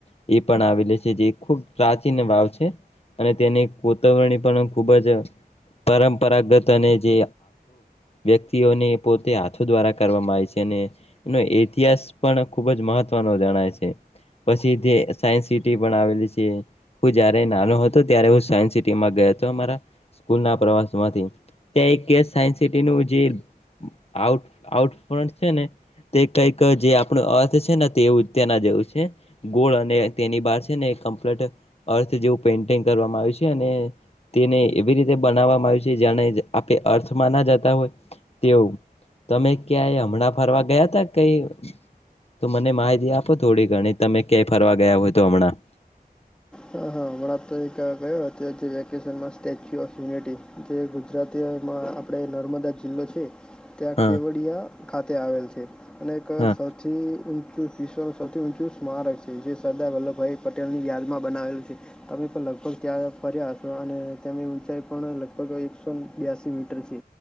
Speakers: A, on the left; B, in the centre.
A: એ પણ આવેલી છે જે ખૂબ પ્રાચીન વાવ છે. અને તેને કોતવરણી પણ ખુબ જ પરંપરાગત અને જે વ્યક્તિઓને પોતે દ્વારા કરવામાં આવે છે. એનો પન પણ ખુબ જ મહત્વનો જણાય છે. પછી તે સાયન્સ સિટી પણ આવેલી છે. હું જયારે નાનો હતો ત્યારે હું સાય સ્કૂલ ના પ્રવાસ માંથી ત્યાં એક સાયન્સ સિટીનુ જે આઉટ આઉટ છે ને તે કઈક જે આપણો અર્થ છે ને તેવું જ તેના જેવું છે. ગોળ અને તેની બહાર છે ને અર્થ જેવું પેન્ટિંગ કરવામાં આવ્યું છે. અને તેને એવી રીતે બનાવવામાં આવ્યું છે જેને આપે અર્થમાં ના જતા હોય તેવું તમે ક્યાંય અમણાં ફરવા ગયા હતા કઈ. તો મને માહિતી આપો થોડી ઘણી તમે ક્યાંય ફરવા ગયા હોય તો અમણાં.
B: હ હા. અમણાં જે વેકેશનમાં સ્ટેચ્યુ ઓફ યુનિટી જે ગુજરાતીમાં આપણે નર્મદા જિલ્લો છે ત્યાં
A: હા
B: કેવડિયા ખાતે આવેલ છે. અને એક
A: હા
B: સૌથી વિશ્વનું સૌથી ઊંચું છે જે સરદાર વલ્લભભાઈ પટેલ ની યાદમાં બનાવેલું છે. તમે પણ લગભગ ત્યાં ફર્યા હશો અને તમની ઊંચાઈ પણ લગભગ એકસોને બ્યાસી મીટર છે.